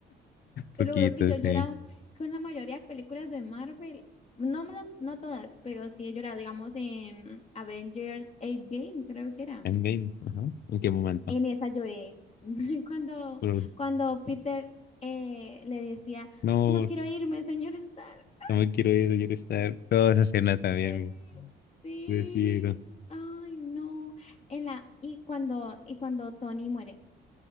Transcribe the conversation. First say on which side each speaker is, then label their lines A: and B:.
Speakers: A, on the left; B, on the left.
A: Te
B: poquito,
A: lo juro que yo
B: sí.
A: he llorado con la mayoría de películas de Marvel. No, me la- no todas, pero sí he llorado, digamos, en Avengers Game creo que era.
B: Endgame, ajá. ¿En qué momento?
A: En esa lloré. <laughs> Cuando,
B: Pero
A: cuando Peter eh, le decía,
B: no,
A: no quiero irme, señor Stark. ¡Ah!
B: no me quiero ir, quiero estar. Toda esa escena también,
A: Lloré. Sí.
B: decido.
A: Ay, no. En la, y cuando, y cuando Tony muere.